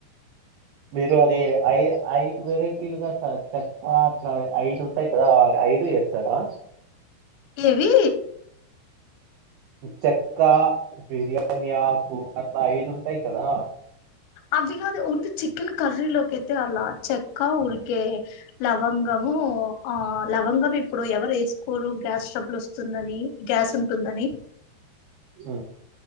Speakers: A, on the right; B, on the left.
A: మీరు అది ఐ ఐదు వెరైటీలుగా చెక్క అట్ల ఐదు ఉంటాయి కదా ఐదు ఏస్తారా
B: ఏవి
A: చెక్కా, బిర్యాని ఆకు, అట్లా ఐదుంటాయి కదా.
B: అవి గాదు ఓన్లీ చికెన్ కర్రీలో కైతే అలా చెక్కా ఉరికే లవంగమూ ఆ లవంగం ఇప్పుడు ఎవరు ఏసుకోరు గ్యాస్ ట్రబుల్ వస్ స్తుందని గ్యాస్ ఉంటుందని.
A: ఊ